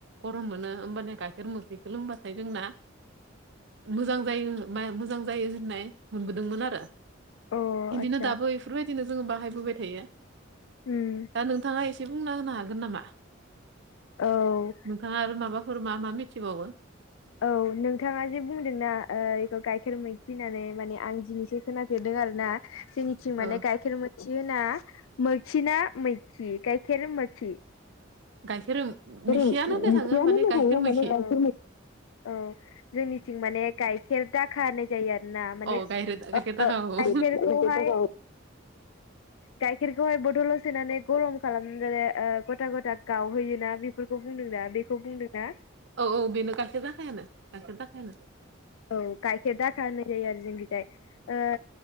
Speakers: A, on the right; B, on the left.
A: गरम मोनो। होमबाना गाइखेर मोखैखो लोंबाथाय जोंना मोजां जायो माय मोजां जायो होननाय मोनबोदोंमोन आरो।
B: औ
A: बिदिनो
B: आतसा
A: दाबो इफोरबायदिनो जोङो बाहायबोबाय थायो।
B: उम
A: दा नोंथाङा एसे बुंना होनो हागोन नामा?
B: औ ओ
A: नोंथाङा आरो माबाफोर मा मा मिथिबावो।
B: औ नोंथाङा जे बुंदोंना बेखौ गाइखेर मैखि होननानै माने आं दिनैसो खोनाफेरदों आरो ना। जोंनिथिं माने‌
A: ओ
B: गाइखेर मोखि होना मोखिना मैखि गायखेर मोखि? <unintelligible>
A: गाइखेर मिखियानो होननाय थाङो माने गाइखेर मैखि
B: औ जोंनिथिं माने गाइखेर दा खा होननाय जायो आरोना माने
A: अ गाइखेर गाइखेर
B: ओ
A: दाखा
B: गायखेरखौहाय
A: औ
B: गायखेरखौहाय बथलाव सोनानै गरम खालामनानै गथा गथा गावहैयोना। फोरखौ बुंदों दा बेखौ बुंदोंना?
A: औ औ बेनो गाइखेर दाखायानो गाइखेर दाखायानो।
B: औ गाइखेर दाखा होननाय जायो आरो जोंनिखिजाय।